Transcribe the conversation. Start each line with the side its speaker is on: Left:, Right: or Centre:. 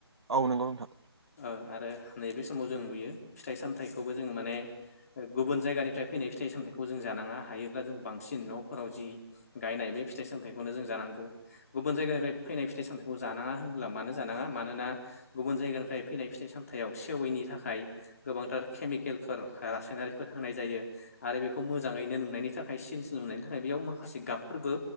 Right: औ नंगौ नोंथां।
Left: ओ आरो नैबे समाव जों नुयो फिथाइ सामथायाइखौबो जोङो माने गुबुन जायगानिफ्राय फैनाय फिथाइ सामथाइखौ जों जानाङा हायोब्ला जों बांसिन न'फोराव जि गायनाय बे फिथाइ सामथाइखौनो जों जानांगौ। गुबुन जायगानिफाय फैनाय फिथाइ सामथायखौ जानाङा होनब्ला मानो जानाङा मानोना गुबुन जायगानिफ्राय फैनाय फिथाइ सामथायाइआव सेविनि थाखाय गोबांथार केमिकेलफोर रासायनारिफोर होनाय जायो। आरो बेखौ मोजाङैनो नुनायनि थाखाय सिलसिल नुनायनि थाखाय बेयाव माखासे गाबफोरबो